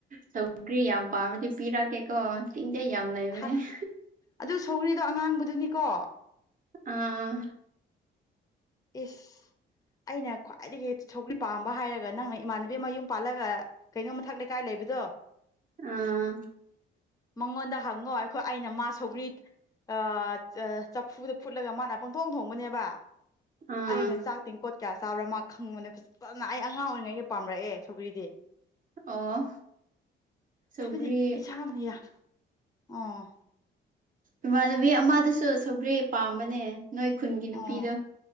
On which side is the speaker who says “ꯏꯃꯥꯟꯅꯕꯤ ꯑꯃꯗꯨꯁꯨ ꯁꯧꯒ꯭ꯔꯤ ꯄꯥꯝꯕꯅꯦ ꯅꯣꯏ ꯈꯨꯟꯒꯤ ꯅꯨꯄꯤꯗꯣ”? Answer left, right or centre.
Right